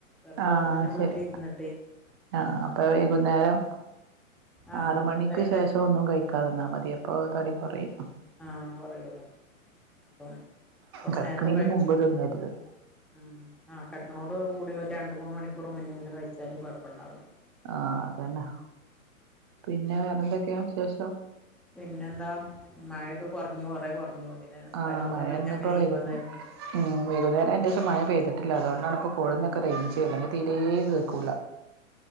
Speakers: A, in the centre; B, on the right.
A: വെറ്തെ
B: ആഹ്
A: വെറ്തെങ്ങനെ
B: ശരി
A: വീട്ടിലിരിന്ന്ട്ടെയ്.
B: ആഹ് അപ്പ വെയ്കുന്നേരം
A: ആഹ്
B: ആറുമണിക്ക്
A: വൈന്നേ
B: ശേഷം ഒന്നും കഴിക്ക് ക്കാതിന്നാ മതി അപ്പോ തടി കൊറയും
A: ആഹ് കൊറയോലോ അപ്പോ കൊറച്ച്
B: കിടക്കണീന്
A: നേരത്തെ കഴിച്ചു.
B: മുമ്പ് തിന്നരുത്
A: ഉം ആ കടക്കനോട് കൂടി ഒരു രണ്ടു മൂന്ന് മണിക്കൂർ മുന്നെങ്കിലും കഴിച്ചാല് കൊഴപ്പണ്ടാവില്ല.
B: ആഹ് അതന്നെ. പിന്നെ വേറെന്തെക്കെയാ വിശേഷം.
A: പിന്നെന്താ മയെക്കെ കൊറഞ്ഞു കൊറഞ്ഞ് കൊറ പറഞ്ഞു പിന്നെ നിസ്ക്കാരോത്തൊക്കെ
B: ആഹ് മഴയൊന്നിപ്പോ
A: കഴിഞ്ഞങ്ങനെ
B: വൈകു
A: ഇരുന്നതായിരുന്ന്.
B: ഉം, വൈകുന്നേരം യിന്റെ ശേഷം മഴ പെയ്തിട്ടില്ല. അതോണ്ടാണ് പ്പോ ഫോണിനൊക്കെ റൈൻജ് അല്ലങ്കി തീരേ
A: ആഹ്
B: കേക്കൂല.
A: ആഹ്